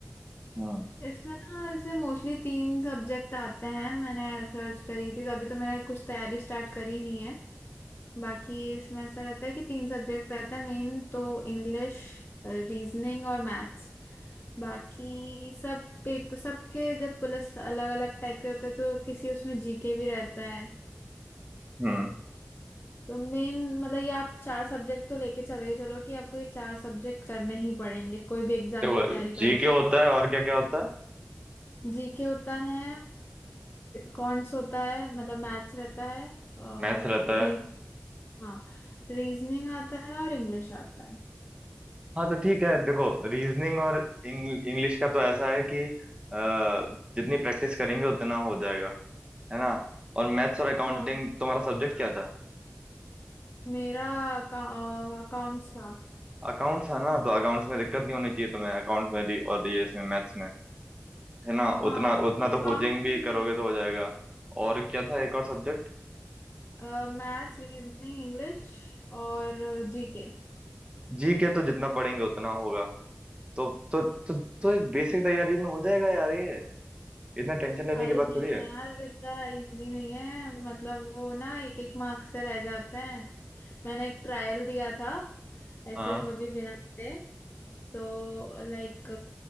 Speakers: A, on the right (about 20°); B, on the left (about 35°).
A: हम्म
B: इसमें ना ऐसे मोस्टली तीन सब्जेक्ट आते हैं मैंने सर्च करी थी तभी तो मैंने कुछ तैयारी स्टार्ट करी नहीं है बाकी इसमें ऐसा रहता है कि तीन सब्जेक्ट रहता है मेन तो इंग्लिश रीजनिंग और मैथ्स बाकी सब पेपर सबके जब पुलिस अलग अलग टाइप के होते हैं तो किसी उसमें जीके भी रहता है
A: हम्म
B: तो मेन मतलब ये आप चार सब्जेक्ट तो लेके चले चलो कि आपको ये चार सब्जेक्ट करने ही पड़ेंगे कोई भी एग्जाम
A: देखो
B: की तैयारी
A: जी
B: करो
A: के होता है और क्या क्या होता है
B: जीके होता है कॉन्ट्स होता है मतलब मैथ्स रहता है और
A: मैथ्स रहता
B: रीज
A: है
B: हाँ रीजनिंग आता है और इंग्लिश आता है
A: हाँ तो ठीक है देखो रीजनिंग और इंग्लिश का तो ऐसा है कि अ, जितनी प्रैक्टिस करेंगे उतना हो जाएगा है ना और मैथ्स और अकाउंटिंग
B: हाँ
A: तुम्हारा सब्जेक्ट क्या था
B: मेरा अकाउंट्स का
A: अकाउंट्स है ना तो अकाउंट्स में दिक्कत नहीं होनी चाहिए तुम्हें अकाउंट्स में भी और ये इसमें मैथ्स में है ना
B: हाँ
A: उतना
B: अकाउंट्स
A: उतना तो कोचिंग भी
B: नहीं
A: करोगे तो हो जाएगा और क्या था एक और सब्जेक्ट
B: है मैथ्स रीजनिंग इंग्लिश और जीके
A: जी के तो जितना पढ़ेंगे उतना होगा तो तो तो, तो बेसिक तैयारी में हो जाएगा यार ये इतना टेंशन लेने
B: अरे
A: की बात
B: नहीं
A: थोड़ी है
B: यार इतना इजी नहीं है मतलब वो ना एक एक मार्क से रह जाते हैं मैंने एक ट्रायल दिया था ऐसे
A: हाँ
B: ही अभी बिना पढ़े तो लाइक